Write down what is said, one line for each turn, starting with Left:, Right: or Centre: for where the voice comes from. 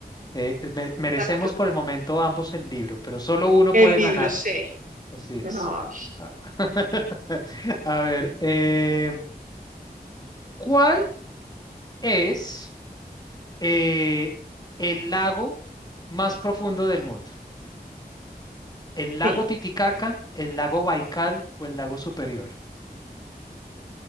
Left: Eh, eh, me- merecemos
Right: Salto.
Left: por el momento ambos el libro, pero solo uno
Right: El
Left: puede
Right: libro,
Left: ganar.
Right: sí.
Left: Así es.
Right: Ay,
Left: Ah, <laughs> A ver, eh, ¿cuál es eh, el lago más profundo del mundo? ¿El lago
Right: sí.
Left: Titicaca, el lago Baikal o el lago Superior?